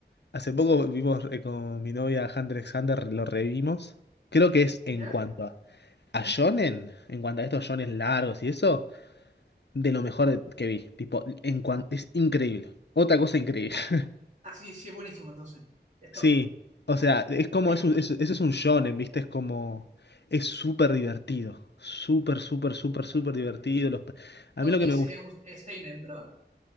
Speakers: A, on the left (about 75°); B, on the right (about 40°).
A: hace poco vimos eh, con mi novia Hunter x Hunter, lo revimos. Creo que es en
B: ¿Ya?
A: cuanto a, a shonen, en cuanto a estos shonen largos y eso, de lo mejor de- que vi. Tipo, en cuan- es increíble. Otra cosa increíble.
B: Ah,
A: <laughs>
B: ah, sí, sí, es buenísimo entonces. Stop.
A: Sí, o sea, es como,
B: Oye,
A: es un, es- eso es un shonen, ¿viste? Es como, es súper divertido. Súper, súper, súper,
B: ah,
A: súper divertido.
B: ya.
A: Los, pe- a
B: Code
A: mí lo
B: Geass
A: que me
B: es un es seinen, ¿verdad?